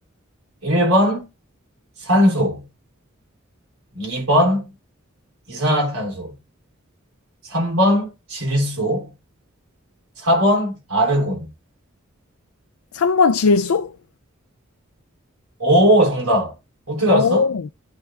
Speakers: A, on the right (about 80°); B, on the left (about 90°).
A: 1번 산소, 2번 이산화탄소, 3번 질소, 4번 아르곤.
B: 3번, 질소?
A: 오, 정답. 어떻게
B: 어,
A: 알았어?